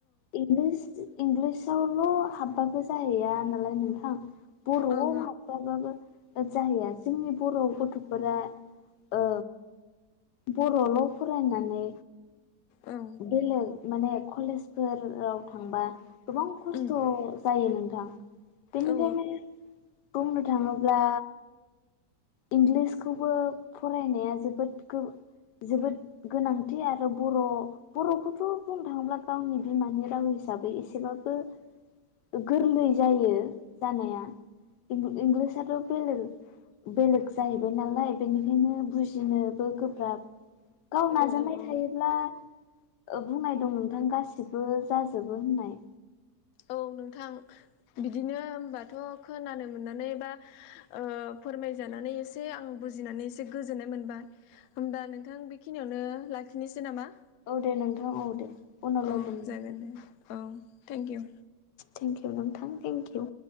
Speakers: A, on the left (about 85°); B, on the left (about 65°).
A: इंलिस इंलिसावल' हाबबाबो जाहैया नालाय नोंथां। बर'आव
B: औ
A: हाबबाबो जाहैया जोंनि बर' गथ'फोरा ओ बर'ल' फरायनानै
B: ओं औ
A: बेलेग माने कलेजफोराव थांबा गोबां खस्थ'
B: उम
A: जायो नोंथां बेनिखायनो
B: औ
A: बुंनो थाङोब्ला इंलिसखौबो फरायनाया जोबोद गो-जोबोद गोनांथि आरो बर' बर'खौथ' बुंनो थाङोब्ला गावनि बिमानि राव हिसाबै एसेबाबो ओ गोरलै जायो जानाया इं-इंलिसआथ' बेलेग बेलेग जाहैबाय नालाय बेनिखायनो बुजिनोबो गोब्राब गाव नाजानाय
B: औ औ
A: थायो ब्ला ओ बुंनाय दं नोंथां गासिबो जाजोबो होननाय
B: औ नोंथां बिदिनो होमबाथ' खोनानो मोननानै बा ओ फोरमायजानानै एसे आं बुजिनानै एसे गोजोननाय मोनबा होमबा नोंथां बेखिनियावनो लाखिनोसै नामा?
A: औ दे नोंथां औ दे उनाव
B: औ
A: लोगो मोन
B: जागोन दे। औ थेंक किउ।
A: थेंक किउ नोंथां थेंक किउ।